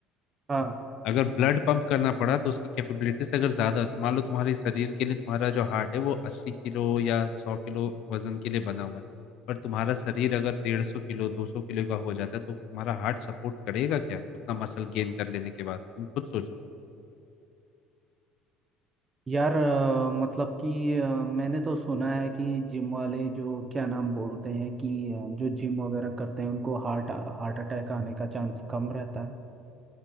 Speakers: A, on the right; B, on the left.
A: हाँ
B: अगर ब्लड पंप करना पड़ा तो उसकी कैपेबिलिटीज अगर ज्यादा तो मान लो तुम्हारे शरीर के लिए तुम्हारा जो हार्ट है वो अस्सी किलो या सौ किलो वजन के लिए बना हुआ है पर तुम्हारा शरीर अगर डेढ़ सौ किलो दो सौ किलो का हो जाता है तो तुम्हारा हार्ट सपोर्ट करेगा क्या उतना मसल गेन कर लेने के बाद तुम खुद सोचो
A: यार अ, मतलब कि अ, मैंने तो सुना है कि जिम वाले जो क्या नाम बोलते हैं कि अ, जो जिम वगैरह करते हैं उनको हार्ट हार्ट अटैक आने का चांस कम रहता है